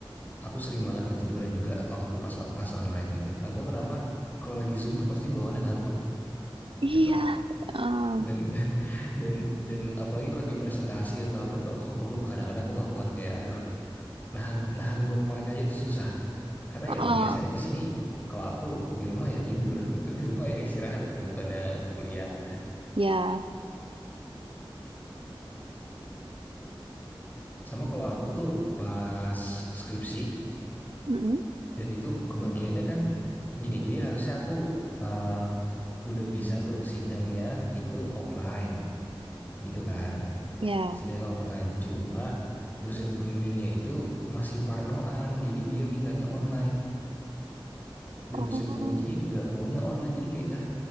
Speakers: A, on the left; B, on the right.
A: aku sering banget ketiduran juga waktu pas kelas online gitu nggak tahu kenapa kalau lagi zoom tuh pasti bawaannya ngantuk
B: Iya.
A: gitu
B: Eh,
A: dan dan dan dan apalagi kalau lagi presentasi atau apa itu aku lu kadang-kadang aku nggak kuat kayak aduh nahan nahan buat mereka aja itu susah karena
B: eh,
A: ya kebiasaannya di sini kalau aku di rumah ya tidur gitu di rumah ya istirahat gitu bukannya kuliah
B: Ya.
A: sama kalau aku tuh pas skripsi
B: Mm-mm.
A: dan itu kebagiannya kan gini jadi harusnya aku uh, udah bisa tuh sidangnya itu offline gitu kan
B: Ya.
A: sidang offline. Cuma dosen pembimbingnya itu masih parnoan, jadi dia mintanya online. Dan
B: Oh.
A: dosen pengujinya juga maunya online. Jadi kayak, ah,